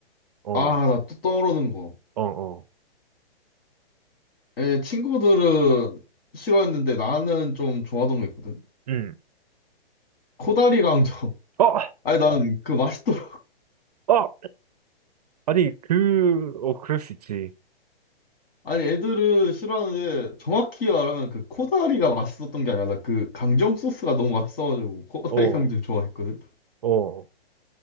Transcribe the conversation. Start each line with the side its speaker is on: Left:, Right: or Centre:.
Right: 어,
Left: 아, 나 또 떠오르는 거.
Right: 어, 어,
Left: 에, 친구들은 싫어했는데 나는 좀 좋아하던 거 있거든.
Right: 음,
Left: 코다리 강정.
Right: 아,
Left: <laughs> 아니, 난 그 맛있더라.
Right: 아, 아니 그, 어, 그럴 수 있지.
Left: <laughs> 아니, 애들은 싫어하는데 정확히 말하면 그 코다리가 맛있었던 게 아니라 그 강정 소스가 너무 맛있어가지고 코다리
Right: 어,
Left: 강정 좋아했거든.
Right: 어,